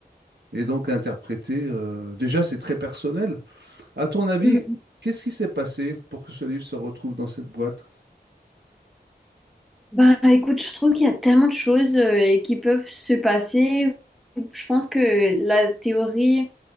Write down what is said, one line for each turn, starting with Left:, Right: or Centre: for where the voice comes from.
Right: et donc interpréter. euh, Déjà, c'est très personnel. À ton avis,
Centre: Mhm.
Right: qu'est-ce qui s'est passé pour que ce livre se retrouve dans cette boîte?
Centre: Bah écoute, je trouve qu'il y a tellement de choses euh, qui peuvent se passer. Je pense que la théorie